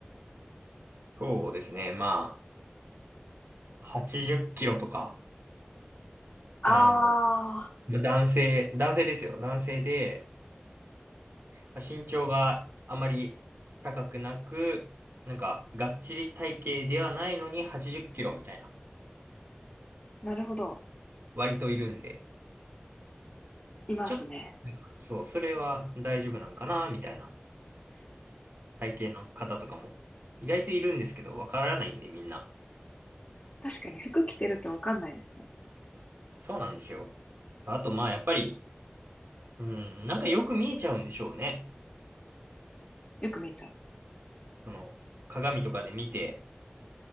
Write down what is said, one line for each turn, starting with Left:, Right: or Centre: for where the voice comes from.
Right: そうですね。まあ、80キロとか、
Left: あ
Right: あの、男性、男性ですよ。男性で、まあ身長があまり高くなく、なんか、がっちり体型ではないのに80キロみたいな、
Left: ー、なるほど。
Right: 割といるんで、
Left: いますね。
Right: ちょっと、なんかそう、それは大丈夫なんかな、みたいな体型の方とかも、意外といるんですけど、わからないんで、みんな。
Left: 確かに服着てるとわかんないですね。
Right: そうなんですよ。あと、まあ、やっぱり、うん、なんかよく見えちゃうんでしょうね。
Left: よく見ちゃう。
Right: その、鏡とかで見て、